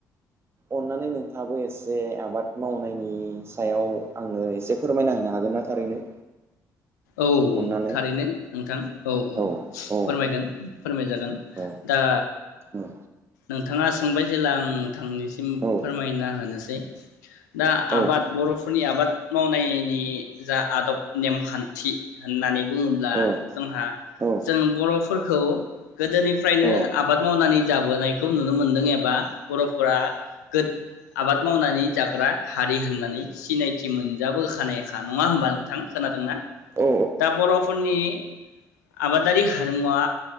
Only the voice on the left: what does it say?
औ
थारैनो नोंथां औ-औ
फोरमायगोन फोरमाय जागोन
दा
नोंथाङा सोंबाय जेला आं थांनिसिम
फोरमायना होनोसै <inaudible> दा
आबाद बर'फोरनि आबाद मावनायनि जा आदब नेमखान्थि होननानै बुङोब्ला
जोंहा
जों बर' फोरखौ गोदोनिफ्रायनो
आबाद मावनानै जाबोनाय खौ नुनो मोन्दों एबा बर'फोरा गोद आबाद मावनानै जाग्रा हारि होननानै सिनायथि मोनजाबोखानायखा नङा होनोमबा नोंथां खोनादोंना?
दा बर'फोरनि आबादारि हारिमुवा